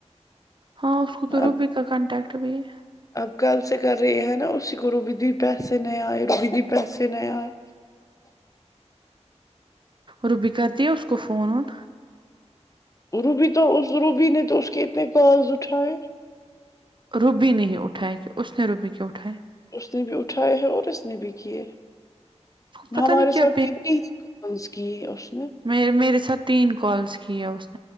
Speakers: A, on the right; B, on the left.
A: ہاں اس کو تو روبی
B: اب
A: کا کانٹیکٹ بھیی ہے
B: اب کل سے کر رہی ہے نا اسی کو روبی دی پیسے نہیں آئے روبی دی پیسے نہیں آئے
A: روبی کرتی ہے اس کو فون ون
B: روبی تو اس روبی نے تو اسس کے اتنے کالز اٹھائے
A: روبی نہیں اٹھائے کہ اس نے روبی کی اٹھائے
B: اس نے بھی اٹھائے ہے اور اس نے بھی کیے
A: پتہ
B: ہمارے
A: نہیں کیا
B: ساتھ کتنی کالس کی ہے اس نے
A: میں میرے ساتھ تین کلس کیا اس نے